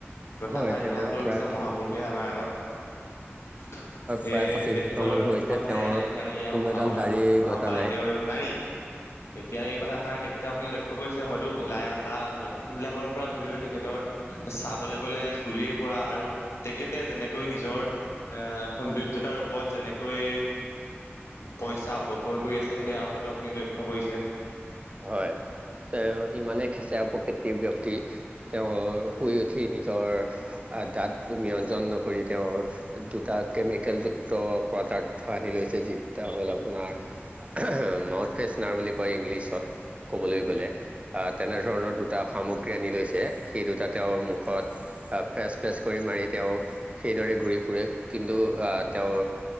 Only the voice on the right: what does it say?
হয় তেওঁৰ
প্ৰায়
পঁচিছ
বছৰ
প্ৰায় পঁচিছ
বছৰমান হৈছে
তেওঁৰ
কোনো
এডাল দাৰি
গজা
নাই
হয় তেওঁ ইমানেই খেচেৰা প্ৰকৃতিৰ ব্য্য়ক্তি তেওঁ শুই উঠি নিজৰ দাঁত ব্যঞ্জন নকৰি তেওঁৰ দুটা কেমিকেলযুক্ত প্ৰডাক্ট আনি লৈছে যিটা হ'ল আপোনাৰ মাউথ ফ্ৰেছনাৰ বুলি কয় ইংলিছত ক'বলৈ গ'লে তেনেধৰণৰ দুটা সামগ্ৰী আনি লৈছে সেই দুটা তেওঁৰ মুখত ফেচ ফেচ কৰি মাৰি তেওঁ সেইদৰে ঘূৰি ফুৰে কিন্তু তেওঁ